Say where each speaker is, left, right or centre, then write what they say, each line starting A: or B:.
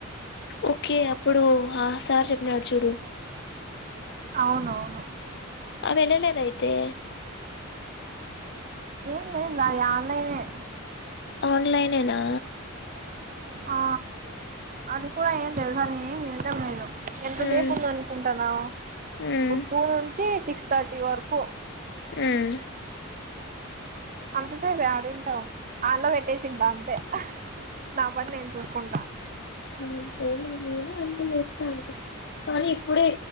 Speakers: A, on the left (about 55°); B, on the right (about 40°).
A: ఓకే అప్పుడు సార్ చెప్పినడు చూడు
B: అవునువును
A: ఆ వెళ్ళేలేదైతే
B: ఏం లేదు అది ఆన్లైనే
A: ఆన్లైననా
B: ఆ అది కూడా ఏం తెల్వదు నేను ఏం వింటాలేదు ఎంతసేపు
A: ఉమ్
B: ఉంద అనుకుంటానా
A: ఉమ్
B: టూ నుంచి సిక్స్ థర్టీ వరకు
A: ఆమ్
B: అంతే ఎడుంటావ్ హాల్లో పెట్టేసింట అంతే నా పని నేను చూసుకుంటా
A: <unintelligible> చేస్తా కానీ ఇప్పుడే